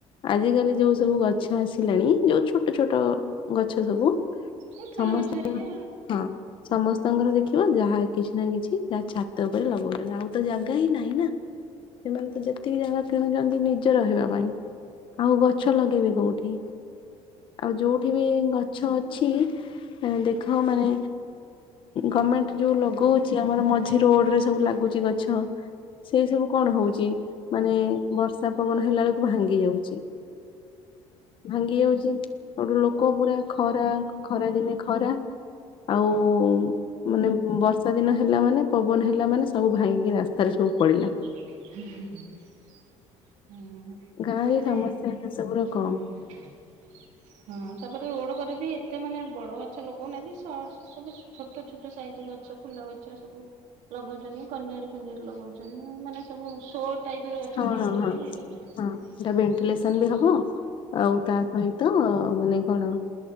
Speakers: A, on the left; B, on the right.
A: ଆଜିକାଲି ଯୋଉ ସବୁ ଗଛ ଆସିଲାଣି ଯୋଉ ଛୋଟ ଛୋଟ ଏସବୁ
B: ଏ ଫୁଲ
A: ସମସ୍ତ
B: ଗଛ ହେରିକା
A: ହଁ ସମସ୍ତଙ୍କର ଘରେ ଦେଖି ଯାହା କିଛି ନା କିଛି ଯାହା ଛାତ ଉପରେ ଲଗଉଛନ୍ତି ଆଉ। ତ ଜାଗା ହିଁ ନାହିଁ ନା ସେମାନେ ତ ଯେତିକି ଜାଗା କିଣୁଛନ୍ତି। ନିଜେ ରହିବା ପାଇଁ ଆଉ ଗଛ ଲଗେଇବେ କୋଉଠି ଆଉ ଯୋଉ ଠି ବି ଗଛ। ଗଛ ଅଛି ଦେଖ ମାନେ ଗମେଟ୍ ଯୋଉ ଲଗଉଛି ଆମର ମଝି ରୋଡ ରେ ସବୁ ଲାଗୁଛି ଗଛ। ସେଇସବୁ କଣ ହଉଛି ମାନେ ବର୍ଷା ପବନ ହେଲାବେଳକୁ ଭାଙ୍ଗି ଯାଉଛି। ଭାଙ୍ଗି ଯାଉଛି ଆଉ ଗୋଟେ ଲୋକ ପୁରା ଖରା ଖରା ଦିନେ ଖରା। ଆଉ ମାନେ ବର୍ଷା ଦିନ ହେଲା ମାନେ ପବନ ହେଲା ମାନେ ସବୁ ଭାଙ୍ଗିକି ରାସ୍ତାରେ ସବୁ ପଳେଇଲା।
B: <unintelligible> ହୁଁ
A: ଗାଁ
B: ତାପରେ
A: ରେ ସମସ୍ୟା ସେ ସବୁର କମ
B: ହଁ ହଁ ତାପରେ ଓଡ କା ବି ଏତେ ମାନେ ବଡ ଗଛ ଲଗଉନାହାନ୍ତି ସଟ୍ ସବୁ ଛୋଟ ଛୋଟ ସାଇଜ ଗଛ ଫୁଲ ଗଛ ସବୁ ଲଗଉଛନ୍ତି କନିଆରି ଫନିଆର ଲଗଉଛନ୍ତି ମାନେ ସବୁ ଶୋ ଟାଇପ ର ଗଛ
A: ହଁ
B: ଗୁଡା
A: ହଁ
B: ଲଗୋଉଛନ୍ତି
A: ହଁ
B: ଆଉ।
A: ହଁ ସେଟା ଭେଣ୍ଟିଲେସନ
B: ହୁଁ
A: ବି ହବ ଆଉ ତା ସହିତ ମାନେ କଣ